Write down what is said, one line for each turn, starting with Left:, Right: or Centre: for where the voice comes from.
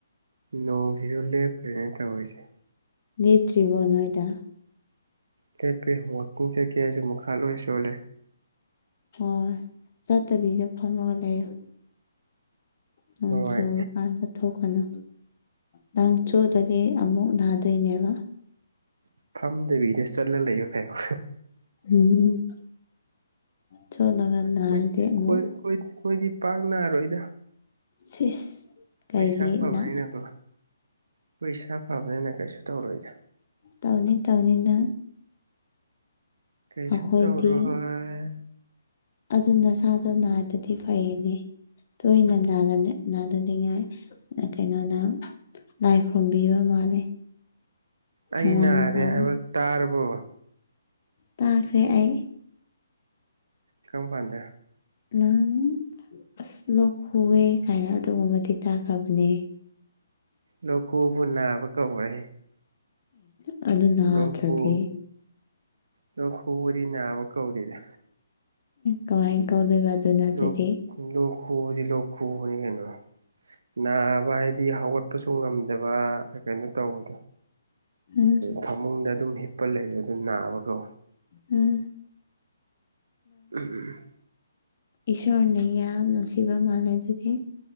Right: ꯅꯣ ꯖꯤꯁꯨ ꯂꯦꯞꯈ꯭ꯔꯦꯅꯦ ꯇꯧꯔꯤꯁꯤ
Left: ꯅꯦꯠꯇ꯭ꯔꯤꯕꯣ ꯅꯣꯏꯗ
Right: ꯀꯦꯀꯦ ꯋꯥꯛꯀꯤꯡ ꯆꯠꯀꯦꯁꯨ ꯃꯈꯥ ꯂꯣꯏ ꯆꯣꯠꯂꯦ
Left: ꯑꯣ ꯆꯠꯇꯕꯤꯗ ꯐꯝꯃꯒ ꯂꯩꯌꯣ ꯅꯣꯡ
Right: ꯍꯣꯏ
Left: ꯆꯨꯔꯀꯥꯟꯗ ꯊꯣꯛꯀꯅꯨ ꯅꯪ ꯆꯣꯠꯂꯗꯤ ꯑꯃꯨꯛ ꯅꯥꯗꯣꯏꯅꯦꯕ
Right: ꯐꯝꯗꯕꯤꯗ ꯆꯠꯂ ꯂꯩꯌꯨ ꯀꯩꯅꯣ
Left: ꯎꯝ ꯆꯣꯠꯂꯒ ꯅꯥꯔꯗꯤ
Right: ꯈꯣꯏ
Left: ꯑꯃꯨꯛ
Right: ꯈꯣꯏ ꯈꯣꯏ ꯈꯣꯏꯗꯤ ꯄꯥꯛ ꯅꯥꯔꯣꯏꯗꯥ
Left: ꯁꯤꯁ ꯀꯩꯒꯤ
Right: ꯈꯣꯏ ꯏꯁꯥ ꯐꯕꯅꯤꯅꯀꯣ
Left: ꯅ
Right: ꯈꯣꯏ ꯏꯁꯥ ꯐꯕꯅꯤꯅ ꯀꯩꯁꯨ ꯇꯧꯔꯣꯏꯗꯥ
Left: ꯇꯧꯅꯤ ꯇꯧꯅꯤ ꯅꯪ
Right: ꯀꯩꯁꯨ
Left: ꯑꯩꯈꯣꯏꯗꯤ
Right: ꯇꯧꯔꯣꯏ
Left: ꯑꯗꯨ ꯅꯁꯥꯗꯣ ꯅꯥꯗ꯭ꯔꯗꯤ ꯐꯩꯅꯦ ꯇꯣꯏꯅ ꯅꯥꯗ ꯅꯥꯗꯅꯤꯡꯉꯥꯏ ꯑ ꯀꯩꯅꯣꯅ ꯂꯥꯏ ꯈꯨꯔꯨꯝꯕꯤꯕ ꯃꯥꯜꯂꯦ
Right: ꯑꯩ
Left: ꯅꯃꯥ
Right: ꯅꯥꯔꯦ
Left: ꯅꯄꯥꯅ
Right: ꯍꯥꯏꯕ ꯇꯥꯔꯕꯣ
Left: ꯇꯥꯈ꯭ꯔꯦ ꯑꯩ
Right: ꯀꯝꯀꯥꯟꯗ
Left: ꯅꯪ ꯑꯁ ꯂꯣꯋꯦ ꯀꯥꯏꯅ ꯑꯗꯨꯒꯨꯝꯕꯗꯤ ꯇꯥꯈ꯭ꯔꯕꯅꯦ
Right: ꯂꯣꯛ ꯈꯨꯕꯕꯨ ꯅꯥꯕ ꯀꯧꯕ꯭ꯔꯥꯍꯦ
Left: ꯑꯦ ꯑꯗꯨ ꯅꯥꯗ꯭ꯔꯗꯤ
Right: ꯂꯣꯛ ꯈꯨ ꯂꯣꯛ ꯈꯨꯕꯥꯗꯤ ꯅꯥꯕ ꯀꯧꯗꯦꯗ
Left: ꯀꯃꯥꯏ ꯀꯧꯗꯣꯏꯕ ꯑꯗꯨ ꯅꯠꯇ꯭ꯔꯥꯗꯤ
Right: ꯂꯣꯛ ꯂꯣꯛ ꯈꯨꯕꯗꯤ ꯂꯣꯛ ꯈꯨꯕꯅꯤ ꯀꯩꯅꯣ ꯅꯥꯕ ꯍꯥꯏꯗꯤ ꯍꯧꯒꯠꯄꯁꯨ ꯉꯝꯗꯕ ꯀꯩꯅꯣ ꯇꯧꯕꯗꯣ
Left: ꯎꯝ
Right: ꯐꯃꯨꯡꯗ ꯑꯗꯨꯝ ꯍꯤꯞꯄ ꯂꯩꯔꯥ ꯑꯗꯨ ꯅꯥꯕꯥ ꯀꯧꯋꯦ
Left: ꯎꯝ
Right: ꯎꯝ ꯎꯝ
Left: ꯏꯁꯣꯔꯅꯥ ꯌꯥꯝ ꯅꯨꯡꯁꯤꯕ ꯃꯥꯜꯂꯦ ꯑꯗꯨꯗꯤ